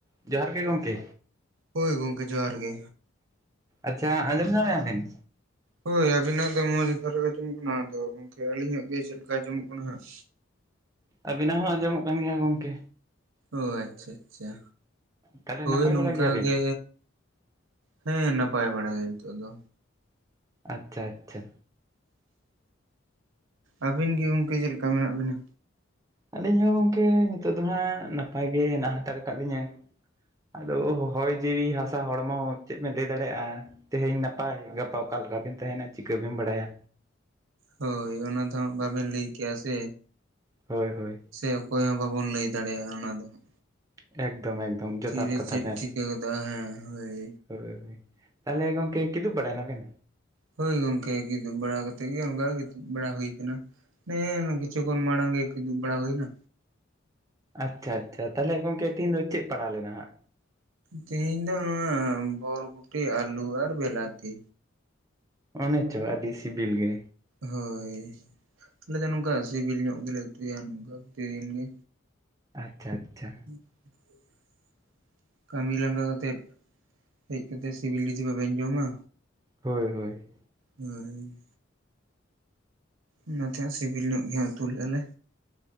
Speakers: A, on the right; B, on the right.
A: ᱡᱚᱸᱦᱟᱨ ᱜᱮ ᱜᱚᱢᱠᱮ᱾
B: ᱦᱳᱭ ᱜᱚᱢᱠᱮ ᱡᱚᱸᱦᱟᱨ ᱜᱮ᱾
A: ᱟᱪᱪᱷᱟ ᱟᱸᱡᱚᱢ ᱧᱟᱢᱮᱜ ᱟᱵᱤᱱ?
B: ᱦᱳᱭ ᱟᱵᱤᱱᱟᱜ ᱫᱚ ᱢᱚᱸᱡᱽ ᱫᱷᱟᱨᱟ ᱜᱮ ᱟᱸᱡᱚᱢᱚᱜ ᱠᱟᱱᱟ᱾ ᱟᱫᱚ ᱜᱚᱝᱠᱮ ᱟᱹᱞᱤᱧᱟᱜ ᱜᱮ ᱪᱮᱫ ᱞᱮᱠᱟ ᱟᱸᱡᱚᱢᱚᱜ ᱠᱟᱱᱟ ᱦᱟᱸᱜ?
A: ᱟᱵᱤᱱᱟᱜ ᱦᱚᱸ ᱟᱸᱡᱚᱢᱚᱜ ᱠᱟᱱ ᱜᱮᱭᱟ ᱜᱚᱢᱠᱮ᱾
B: ᱚ ᱟᱪᱪᱷᱟ ᱟᱪᱪᱷᱟ
A: ᱛᱟᱦᱚᱞᱮ
B: ᱦᱳᱭ
A: ᱱᱟᱯᱟᱭ
B: ᱱᱚᱝᱠᱟ
A: ᱵᱟᱲᱟ ᱜᱮᱭᱟᱵᱤᱱ
B: ᱜᱮ ᱦᱮᱸ ᱱᱟᱯᱟᱭ ᱵᱟᱲᱟ ᱜᱮ ᱱᱤᱛᱚᱜ ᱫᱚ᱾
A: ᱟᱪᱪᱷᱟ ᱟᱪᱪᱷᱟ᱾
B: ᱟᱹᱵᱤᱱ ᱜᱮ ᱜᱚᱝᱠᱮ ᱪᱮᱫ ᱞᱮᱠᱟ ᱢᱮᱱᱟᱜ ᱵᱤᱱᱟ?
A: ᱟᱞᱤᱧ ᱦᱚᱸ ᱜᱚᱝᱠᱮ ᱱᱤᱛᱚᱜ ᱫᱚ ᱦᱟᱸᱜ ᱱᱟᱯᱟᱭ ᱜᱮ ᱦᱮᱱᱟᱜ ᱦᱟᱛᱟᱲ ᱟᱠᱟᱫ ᱞᱤᱧᱟᱹ᱾ ᱟᱫᱚ ᱚ ᱦᱚᱭ ᱡᱤᱣᱤ ᱦᱟᱥᱟ ᱦᱚᱲᱢᱚ ᱪᱮᱫ ᱵᱮᱱ ᱞᱟᱹᱭ ᱫᱟᱲᱮᱭᱟᱜᱼᱟ᱾ ᱛᱮᱦᱮᱧ ᱱᱟᱯᱟᱭ ᱜᱟᱯᱟ ᱚᱠᱟ ᱞᱮᱠᱟ ᱵᱤᱱ ᱛᱟᱦᱮᱱᱟ ᱪᱤᱠᱟᱹ ᱵᱤᱱ ᱵᱟᱲᱟᱭᱟ᱾
B: ᱦᱳᱭ ᱚᱱᱟ ᱫᱚ ᱦᱟᱸᱜ ᱵᱟᱵᱮᱱ ᱞᱟᱹᱭ ᱠᱮᱭᱟ ᱥᱮ᱾
A: ᱦᱳᱭ ᱦᱳᱭ᱾
B: ᱥᱮ ᱚᱠᱚᱭ ᱦᱚᱸ ᱵᱟᱵᱚᱱ ᱞᱟᱹᱭ ᱫᱟᱲᱮᱭᱟᱜᱼᱟ ᱚᱱᱟ ᱫᱚ ᱦᱟᱸᱜ᱾
A: ᱮᱠᱫᱚᱢ ᱮᱠᱫᱚᱢ᱾ ᱡᱚᱛᱷᱟᱛ
B: ᱛᱤᱨᱮ
A: ᱠᱟᱛᱷᱟ
B: ᱪᱮᱫ
A: ᱵᱮᱱ
B: ᱪᱤᱠᱟᱹ ᱜᱚᱫᱚᱜ-ᱟ᱾ ᱦᱮᱸ ᱦᱳᱭ᱾
A: ᱦᱳᱭ ᱦᱳᱭ, ᱛᱟᱦᱚᱞᱮ ᱜᱚᱢᱠᱮ ᱠᱤᱫᱩᱵ ᱵᱟᱲᱟᱭ ᱱᱟᱵᱮᱱ?
B: ᱦᱳᱭ ᱜᱚᱝᱠᱮ ᱜᱤᱫᱩᱵ ᱵᱟᱲᱟ ᱠᱟᱛᱮᱜ ᱜᱮ ᱚᱱᱠᱟ ᱜᱤᱛᱤᱡ ᱵᱟᱲᱟ ᱦᱩᱭ ᱠᱟᱱᱟ᱾ ᱦᱮᱸ ᱚᱱᱮ ᱠᱤᱪᱷᱩ ᱠᱷᱚᱱ ᱢᱟᱲᱟᱝ ᱜᱮ ᱠᱤᱫᱩᱵ ᱵᱟᱲᱟ ᱦᱩᱭᱱᱟ᱾
A: ᱟᱪᱪᱷᱟ ᱟᱪᱪᱷᱟ ᱛᱟᱦᱚᱞᱮ ᱜᱚᱢᱠᱮ ᱛᱤᱦᱤᱧ ᱫᱚ ᱪᱮᱫ ᱯᱟᱲᱟᱣ ᱞᱮᱱᱟ ᱦᱟᱸᱜ?
B: ᱛᱮᱦᱤᱧ ᱫᱚ ᱱᱚᱣᱟ ᱵᱚᱨᱵᱚᱴᱤ, ᱟᱹᱞᱩ ᱟᱨ ᱵᱮᱞᱟᱛᱤ᱾
A: ᱚᱱᱮ ᱪᱚ ᱟᱹᱰᱤ ᱥᱤᱵᱤᱞ ᱜᱮ᱾
B: ᱦᱳᱭ ᱟᱞᱮ ᱫᱚ ᱱᱚᱝᱠᱟ ᱥᱤᱵᱤᱞ ᱧᱚᱜ ᱜᱮᱞᱮ ᱩᱛᱩᱭᱟ ᱱᱚᱝᱠᱟ ᱯᱨᱚᱛᱤᱼᱫᱤᱱ ᱜᱮ᱾
A: ᱟᱪᱪᱷᱟ ᱟᱪᱪᱷᱟ᱾
B: <inaudible> ᱠᱟᱹᱢᱤ ᱞᱟᱸᱜᱟ ᱠᱟᱛᱮᱫ ᱦᱮᱡ ᱠᱟᱛᱮᱫ ᱥᱤᱵᱤᱞ ᱡᱩᱫᱤ ᱵᱟᱵᱤᱱ ᱡᱚᱢᱟ᱾
A: ᱦᱳᱭ ᱦᱳᱭ᱾
B: ᱦᱳᱭ᱾ ᱚᱱᱟᱛᱮ ᱦᱟᱸᱜ ᱥᱤᱵᱤᱞ ᱧᱚᱜ ᱜᱮ ᱦᱟᱸᱜ ᱩᱛᱩ ᱞᱮᱫᱼᱟ ᱞᱮ᱾